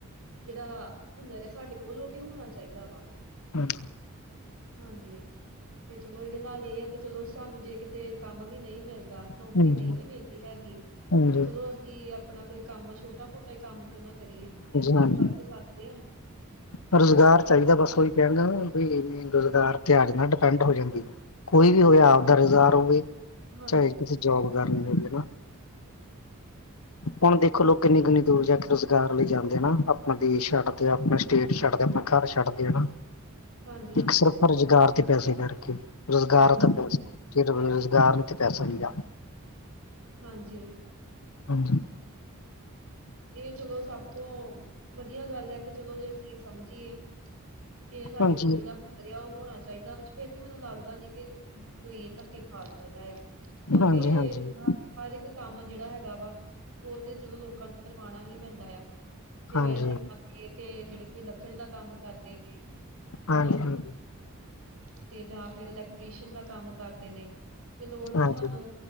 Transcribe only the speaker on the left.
ਹਾਂਜੀ।
ਹਾਂਜੀ
ਹਾਂਜੀ
ਹਾਂਜੀ
ਰੁਜ਼ਗਾਰ ਚਾਈਦਾ ਬਸ ਉਹੀ ਕਹਿਣਦਾ ਵੀ ਰੁਜ਼ਗਾਰ ਤੇ ਆਜ ਨਾਲ ਡਿਪੈਂਡ ਹੋ ਜਾਂਦੀ ਆ ਕੋਈ ਵੀ ਹੋਵੇ ਆਪ ਦਾ ਰੁਜ਼ਗਾਰ ਹੋਵੇ।
ਚਾਏ ਕਿਸੇ ਜੋਬ ਕਰਨ ਹੈ। ਹੁਣ ਦੇਖੋ ਲੋਕ ਕਿੰਨੀ ਕਿੰਨੀ ਦੂਰ ਜਾ ਕੇ ਰੁਜ਼ਗਾਰ ਲਈ ਜਾਂਦੇ ਨਾ ਆਪਣਾ ਦੇਸ਼ ਛੱਡਦੇ ਆਪਣਾ ਸਟੇਟ ਛੱਡਦੇ ਆਪਣਾ ਘਰ ਛੱਡ ਦੇ ਨਾ
ਇੱਕ ਸਿਰਫ ਰੁਜ਼ਗਾਰ ਤੇ ਪੈਸੇ ਕਰਕੇ ਰੁਜ਼ਗਾਰ
ਤਾਂ ਪੈਸਾ
ਰੁਜ਼ਗਾਰ ਨੀ ਤੇ ਪੈਸਾ ਨ ਆ
ਹਾਂਜੀ
ਹਾਂਜੀ
ਹਾਂਜੀ ਹਾਂਜੀ
ਹਾਂਜੀ
ਹਾਂਜੀ
ਹਾਂਜੀ
ਹਾਂਜੀ